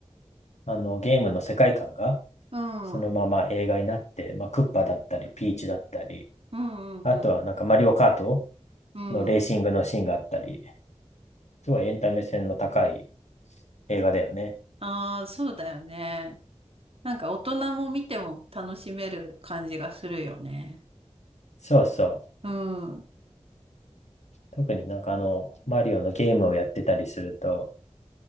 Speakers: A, on the left; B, on the right.
A: あの、ゲームの世界観が、
B: うん、
A: そのまま映画になって、まあ、クッパだったり、ピーチだったり、
B: うん、
A: あとはなんかマリオカート
B: うん。うん
A: のレーシングのシーンがあったり、すごいエンタメ性の高い映画だよね。
B: ああ、そうだよね。なんか大人も見ても楽しめる感じがするよね。
A: そうそう。
B: うん、う
A: 特になんかあの、マリオのゲームをやってたりすると、